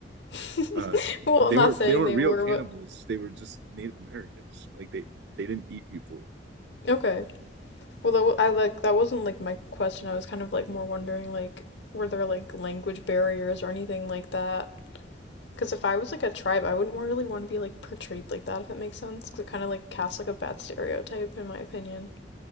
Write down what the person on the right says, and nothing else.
Uh,
they
weren't
they weren't
real
cannibals.
They were just Native Americans. Like they they didn't eat people.